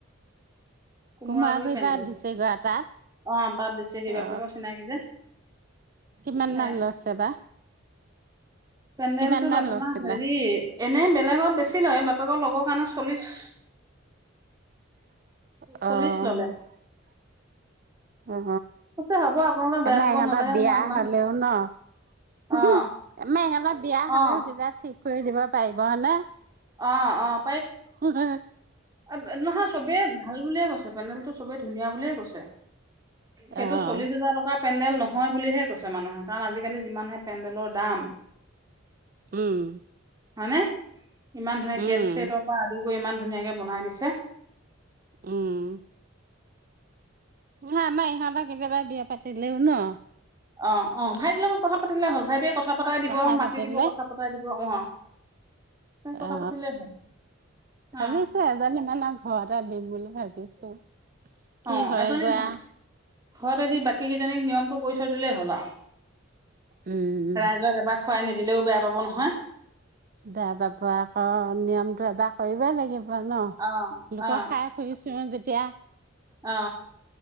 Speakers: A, on the right; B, on the right.
A: কোমোৰা
B: কোমোৰাগুৰি
A: গুৰি পেনদেল
B: পৰা দিছেগৈ তাত
A: অ তাত দিছে সি
B: অ
A: বাপেকৰ চিনাকি যে
B: কিমান
A: সেয়া
B: মান লছে বা
A: পেণ্ডেলটোত
B: কিমান মান
A: আপোনাৰ
B: লছিলে
A: হেৰি এনে বেলেগত বেছি লয় বাপেকৰ লগৰ কাৰণে চল্লিশ
B: অহ
A: চল্লিশ ললে
B: অ
A: কৈছে হ'ব আপোনালোকে
B: আমাৰ
A: বেয়া পাব
B: ইহঁতৰ
A: নালাগে
B: বিয়া
A: মই ইমান
B: হলেও ন আমাৰ
A: অ
B: ইহঁতৰ বিয়া হ'লেও
A: অ অ
B: তেতিয়া ঠিক কৰি দিব পাৰিব হয়নে
A: অ অ
B: উম
A: অ নহয় চবে ভাল বুলিয়ে কৈছে পেনদেলতটো চবেই ধুনীয়া বুলিয়ে কৈছে সেইটো
B: অ',
A: চল্লিশ হোজাৰ টকাৰ পেণ্ডেল নহয় নহয় বুলিহে কৈছে মানুহে কাৰণ আজিকালি যিমানহে পেণ্ডেলৰ দাম
B: উম
A: হয় নে? ইমান ধুনীয়া
B: উম,
A: গেট ছেটৰ পৰা আদি কৰি ইমান ধুনীয়াকে বনাই দিছে
B: উম নহয় আমাৰ ইহঁতক কেতিয়াবা বিয়া পাতিলেও ন
A: অ অ ভাইটিৰ লগত কথা পাতিলে হল ভাইটিয়ে কথা কথা পতাই
B: কথা
A: দিব
B: পাতিলে
A: মাতি দিব কথা পতাই দিব অ তেনেকে কথা
B: অ
A: পাতিলেই হ'ল
B: ভাৱিছো
A: অ
B: এজনী মানক ঘৰতে দিম বুলি ভাৱিছো অ কি
A: অ
B: হয়
A: এজনী
B: গৈ আও
A: ঘৰতে দি বাকী কেইজনীক নিয়মটো কৰি থৈ দিলেই হল আও
B: উম।
A: ৰাইজক এবাৰ খোৱাই নি দিলেও বেয়া পাব নহয়
B: বেয়া পাব আকৌ নিয়মটো এবাৰ কৰিবই লাগিব ন
A: অ
B: লোকৰ
A: অ
B: খাই ফুৰি চু যেতিয়া
A: অ